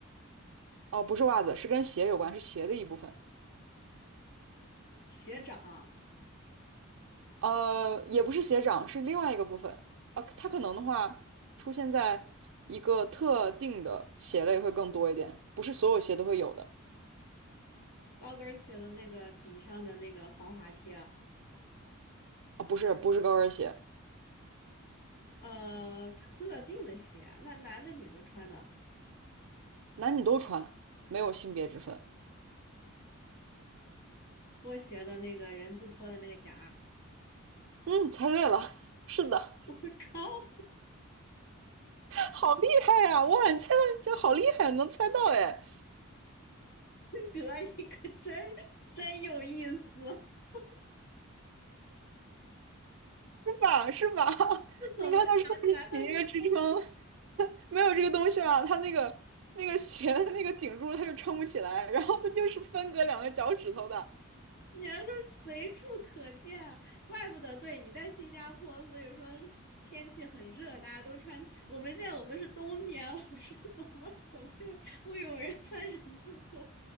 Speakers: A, on the right; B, on the left.
A: 哦、不是袜子，是跟鞋有关，是鞋的一部分。
B: 鞋掌、
A: 呃，也不是鞋掌，是另外一个部分。啊。它可能的话出现在一个特定的鞋类会更多一点，不是所有鞋都会有的。
B: 高跟儿鞋的那个底上的那个防滑贴，
A: 啊，不是，不是高跟鞋，
B: 呃，特定的鞋，那男的女的穿的，
A: 男女都穿，没有性别之分。
B: 拖鞋的那个人字拖的那个夹儿
A: 嗯，猜对了，<laughs> 是的，
B: <laughs> 我靠，
A: 好厉害呀！哇，你猜的这好厉害，能猜到哎，
B: 哥，你可真真有意思！<laughs> 我
A: 是吧？是吧？<laughs>
B: 怎么想起来他是
A: 你看它是不是起一个支撑？<laughs> 没有这个东西嘛，它那个那个鞋的那个顶住，它就撑不起来，然后它就是分隔两个脚趾头的。
B: 你还说随处可见，怪不得对你在新加坡，所以说天气很热，大家都穿。我们现在我们是冬天，<laughs> 我说怎么怎么会有会有人穿人字拖？